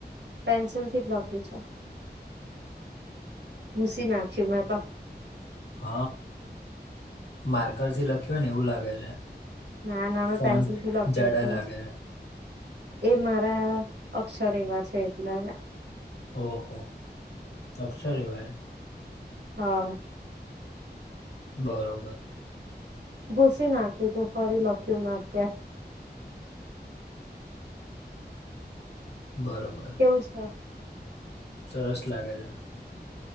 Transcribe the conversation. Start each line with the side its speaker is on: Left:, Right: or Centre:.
Right: પેન્સિલ થી જ લખ્યું છે ભૂસી નાખ્યું મેં પણ.
Left: હ માર્કર થી લખ્યું હોય ને એવું લાગે છે.
Right: ના ના મેં
Left: ફોન્ટ
Right: પેન્સિલથી લખ્યું
Left: જાડા
Right: હતું.
Left: લાગે છે
Right: એ મારા અક્ષર એવા છે એટલા.
Left: ઓહો અક્ષર એવા એમ.
Right: હા.
Left: બરોબર.
Right: ભૂસી નાખ્યું તું ફરી લખ્યું મેં અત્યાર.
Left: બરોબર.
Right: શુ છે.
Left: સરસ લાગે છે.